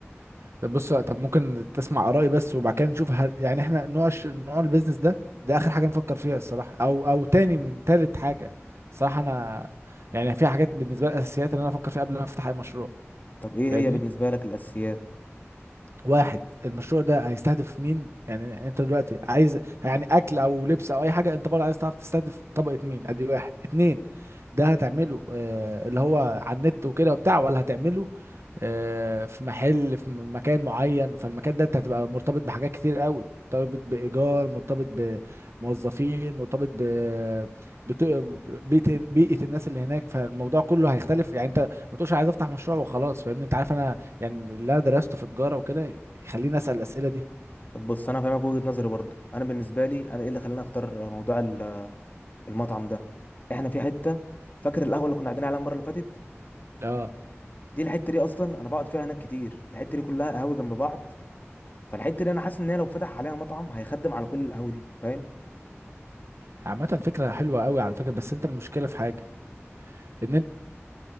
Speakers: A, on the right (about 65°); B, on the left (about 40°).
A: طب بص طب ممكن تسمع ارائي بس وبعد كده نشوف ه... يعني احنا نوع الش... نوع البيزنس ده ده اخر حاجة نفكر فيها الصراحة او او تاني من تالت حاجة الصراحة انا يعني في حاجات بالنسبة لي اساسيات ان انا افكر فيها قبل ما افتح اي مشروع
B: طب ايه
A: فاهمني
B: هي بالنسبه لك الاساسيات
A: واحد المشروع ده هيستهدف مين يعني انت دلوقتي عايز يعني اكل او لبس او اي حاجه انت برضه عايز تعرف تستهدف طبقه مين ادي واحد اتنين ده هتعمله آه اللي هو على النت وكده وبتاع ولا هتعمله آه في محل في م- مكان معين فالمكان ده انت هتبقى مرتبط بحاجات كتير قوي مرتبط بإيجار مرتبط بموظفين مرتبط ب بت- بيئة بيئة الناس اللي هناك فالموضوع كله هيختلف يعني انت ما تقولش عايز افتح مشروع وخلاص فاهمني انت عارف انا يعني اللي أنا درسته في تجارة وكده يخليني أسأل الأسئلة دي
B: طب بص انا فاهمك وجهه نظري برضو انا بالنسبه لي انا ايه اللي خلاني اختار موضوع ال- المطعم ده احنا في حته فاكر القهوه اللي كنا قاعدين عليها المره اللي فاتت
A: اه
B: دي الحته دي اصلا انا بقعد فيها هناك كتير الحته دي كلها قهاوي جنب بعض فالحته دي انا حاسس ان هي لو فتح عليها مطعم هيخدم على كل القهوه دي فاهم
A: عامة فكرة حلوة قوي على فكرة بس انت المشكلة في حاجة ان انت